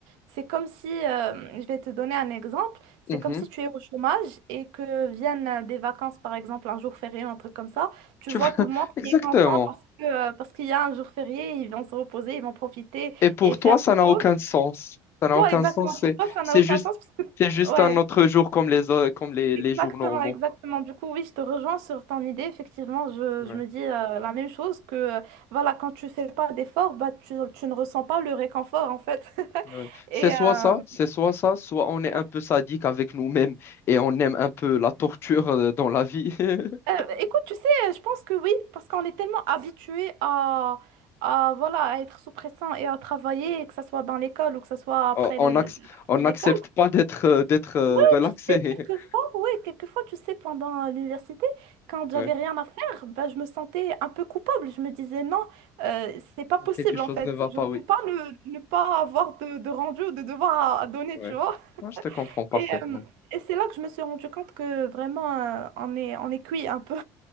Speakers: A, on the right; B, on the left.
A: c'est comme si, euh, je vais te donner un exemple, c'est
B: Mhm.
A: comme si tu es au chômage et que viennent euh, des vacances, par exemple, un jour férié ou un truc comme ça. Tu
B: Tu
A: vois
B: vois, <laughs>
A: tout le monde
B: exactement.
A: qui est content parce que, euh, parce qu'il y a un jour férié, ils vont se reposer, ils vont profiter
B: Et pour
A: et faire
B: toi, ça
A: des
B: n'a
A: choses.
B: aucun sens. Ça n'a
A: Toi,
B: aucun
A: exactement.
B: sens.
A: Pour
B: C'est,
A: toi, ça
B: c'est
A: n'a aucun
B: juste,
A: sens parce que...
B: c'est juste
A: Ouais,
B: un autre jour comme les, au- comme les, les
A: exactement,
B: jours normaux.
A: exactement. Du coup, oui, je te rejoins sur ton idée. Effectivement, je,
B: Ouais.
A: je me dis euh, la même chose que, euh, voilà, quand tu fais pas d'effort, bah, tu, tu ne ressens pas le réconfort, en fait.
B: Ouais.
A: <laughs> Et
B: C'est soit
A: euh,
B: ça, c'est soit ça, soit on est
A: ouais.
B: un peu sadique avec nous-mêmes et on aime un peu la torture euh, dans la vie. <laughs>
A: euh, écoute, tu sais, je pense que oui, parce qu'on est tellement habitué à, à, voilà, à être sous pression et à travailler, que ce soit dans l'école ou que ce soit après
B: on on
A: le-
B: acc- on n'accepte
A: l'école.
B: pas d'être euh, d'être euh,
A: Ouais,
B: relaxé.
A: tu sais, quelquefois,
B: <laughs>
A: ouais, quelquefois, tu sais, pendant l'université, quand j'avais
B: Ouais.
A: rien à faire, ben, je me sentais un peu coupable. Je me disais, non, euh, c'est pas possible,
B: Quelque chose
A: en fait.
B: ne va
A: Je
B: pas,
A: ne peux
B: oui.
A: pas ne, ne pas avoir de, de rendu ou de devoir à, à donner,
B: Ouais.
A: tu vois.
B: Ouais, je te comprends parfaitement.
A: Et, euh, et c'est là que je me suis rendu compte que vraiment, euh, on est, on est cuit un peu.